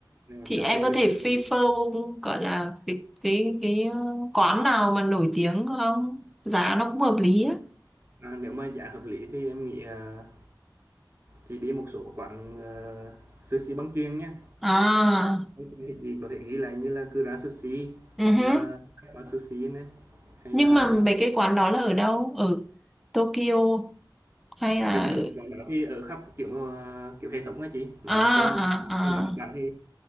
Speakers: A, on the right; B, in the centre.
A: nổi
B: Thì
A: sashimi
B: em có thể
A: với sushi.
B: prefer gọi là cái cái cái ờ, quán nào mà nổi tiếng không? Giá nó cũng hợp lý á.
A: À, nếu mà giá hợp lý thì em nghĩ, à, Chị đi một số quán ờ, sushi băng chuyền nhá.
B: À,
A: Băng chuyền thì chị có thể ghi lại như là Kura Sushi
B: uh
A: hoặc là các quán sushi này hay
B: Nhưng
A: là
B: mà mấy cái quán đó là ở đâu? Ở Tokyo hay là
A: kiểu như
B: ở...
A: mấy quán đó thì ở khắp kiểu ờ, kiểu hệ thống á chị nó
B: À, à,
A: còn được còn ở Nhật
B: à,
A: Bản thì